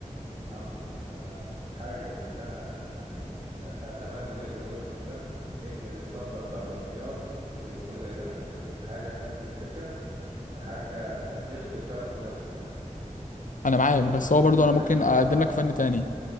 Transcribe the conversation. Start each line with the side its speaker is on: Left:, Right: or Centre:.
Right: أم أنا الحاجة اللي أنا يعني أتمنى إن هي تبقى موجودة في الفن إن الستاندرد أو المعيار زي يكون زي لام شمسية كده حاجة تقدم فكرة وحاجة تخدم فعلا قضية مجتمعية
Left: انا معاك
Right: المهم
Left: بس
Right: بقى
Left: هو
Right: أسيبك
Left: برضو انا ممكن
Right: عشان أروح
Left: اقدم
Right: أ...
Left: لك فن تاني